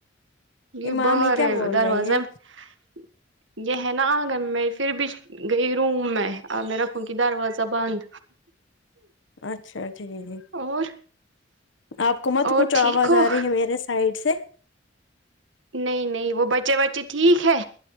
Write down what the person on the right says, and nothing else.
یہ
باہر
ہے
دروازہ
میں یہ ہے نا آ گا میں پھر بھی گئی روم میں میں رکھوں گی دروازہ بند
اور
اور
ٹھیک ہو
نہیں نہیں وہ بچے بچے ٹھیک ہے